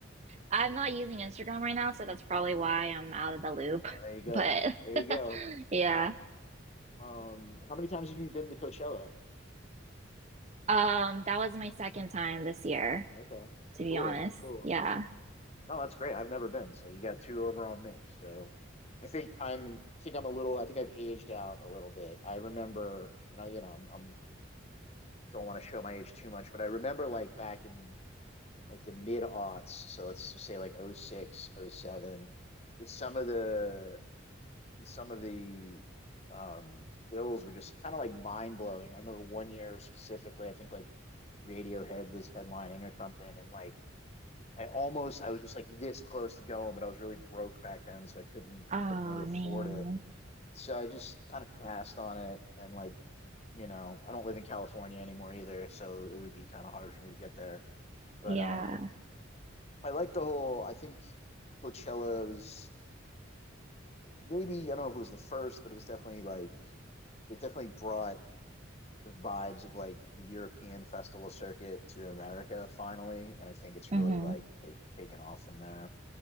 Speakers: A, on the right; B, on the left.
A: I'm not using Instagram right now, so that's probably why I'm out of the loop.
B: There you go.
A: But
B: There
A: <laughs>
B: you go.
A: yeah,
B: Um, how many times have you been to Coachella?
A: um, that was my second time this year,
B: Okay.
A: to be
B: Cool.
A: honest.
B: Cool.
A: Yeah.
B: No, that's great. I've never been, so you got two over on me. So I think I'm I think I'm a little I think I've aged out a little bit. I remember, you know, you know, I'm, I'm don't want to show my age too much, but I remember like back in like the mid aughts, so let's just say like oh 06, oh 07, some of the some of the um bills were just kind of like mind blowing. I remember one year specifically, I think like Radiohead was headlining or something, and like I almost I was just like this close to going, but I was really broke back then, so I couldn't
A: Oh
B: couldn't really afford
A: man.
B: it. So I just kind of passed on it and like, you know, I don't live in California anymore either, so it would be kind of hard for me to get there. But
A: Yeah.
B: um I like the whole I think Coachella was maybe I don't know if it was the first, but it was definitely like it definitely brought the vibes of like the European festival circuit to America finally. And I think it's
A: hmm
B: really like take, taken off from there.